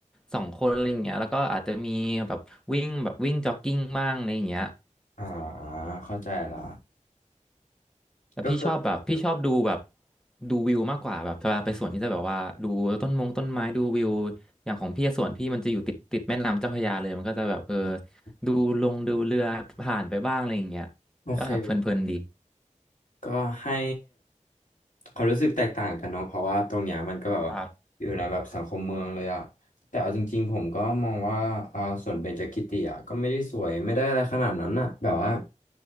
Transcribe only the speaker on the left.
อ่าเข้าใจละ
ก็คื
อ
โอเค
ก็ให้ความรู้สึกแตกต่างกันเนาะเพราะว่าตรงเนี้ยมันก็แบบว่าอยู่ในแบบสังคมเมืองเลยอะแต่เอาจริงๆผมก็มองว่าอ่าส่วนเบญจกิติอะก็ไม่ได้สวยไม่ได้อะไรขนาดนั้นอะแบบว่า